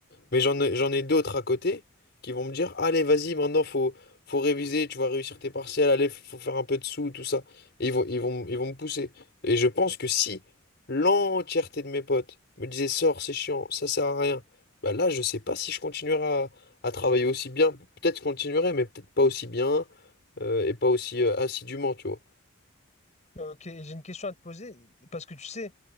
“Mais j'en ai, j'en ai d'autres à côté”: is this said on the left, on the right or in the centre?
Left